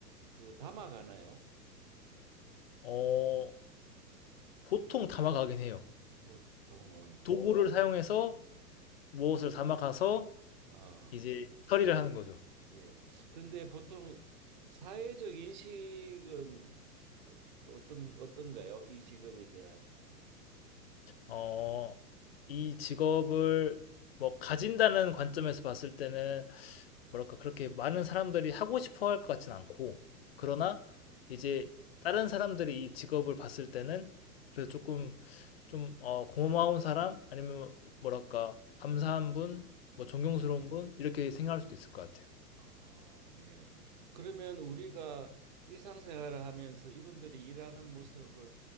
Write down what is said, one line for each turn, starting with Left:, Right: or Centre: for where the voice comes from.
Right: 그 담아가나요?
Left: 어, 보통 담아가긴 해요.
Right: 보통은
Left: 도구를 어. 사용해서 무엇을 담아가서
Right: 아,
Left: 이제 처리를 하는 거죠.
Right: 예. 근데 보통 사회적 인식은 어- 어떤 어떤가요? 이 직업에 대한.
Left: 어, 이 직업을 뭐 가진다는 관점에서 봤을 때는 뭐랄까 그렇게 많은 사람들이 하고 싶어 할 것 같진 않고 그러나 이제 다른 사람들이 이 직업을 봤을 때는 그래도 조금 좀 어, 고마운 사람 아니면 뭐랄까 감사한 분, 뭐 존경스러운 분 이렇게 생각할 수도 있을 것 같아요.
Right: 아, 예. 그러면 우리가 일상생활을 하면서 이분들이 일하는 모습을